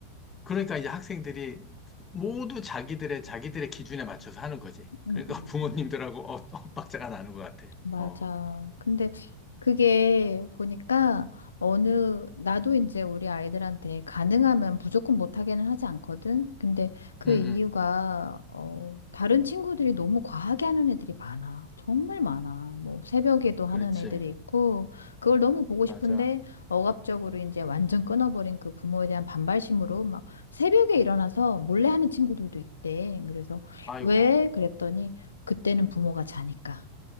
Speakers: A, on the left; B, on the left.
A: 그러니까 이제 학생들이 모두 자기들의, 자기들의 기준에 맞춰서 하는 거지.
B: 음,
A: 그러니까
B: 음.
A: <laughs> 부모님들하고 엇, 엇박자가 나는 것 같아.
B: 맞아.
A: 어,
B: 근데, 그게 보니까 어느 나도 이제 우리 아이들한테 가능하면 무조건 못하게는 하지 않거든. 근데 그
A: 응, 응.
B: 이유가 어 다른 친구들이 너무 과하게 하는 애들이 많아. 정말 많아. 뭐 새벽에도 하는
A: 그렇지.
B: 애들이 있고 그걸 너무 보고
A: 맞아.
B: 싶은데 억압적으로 이제 완전 끊어버린 그 부모에 대한 반발심으로 막 새벽에 일어나서 몰래 하는 친구들도 있대. 그래서
A: 아이고.
B: 왜 그랬더니 그때는 부모가 자니까.